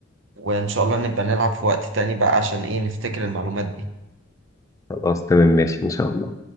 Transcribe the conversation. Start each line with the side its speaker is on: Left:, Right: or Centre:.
Right: وان شاء الله نبقى نلعب في وقت تاني بقى عشان ايه نفتكر المعلومات دي
Left: خلاص تمام ماشي إن شاء الله